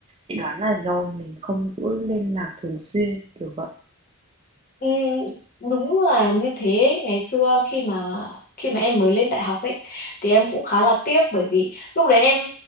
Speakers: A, on the right; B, on the left.
A: Chị đoán là do mình không giữ liên lạc thường xuyên, kiểu vậy.
B: ừ, đúng là như thế ngày xưa khi mà khi mà em mới lên đại học ấy thì em cũng khá là tiếc bởi vì lúc đấy em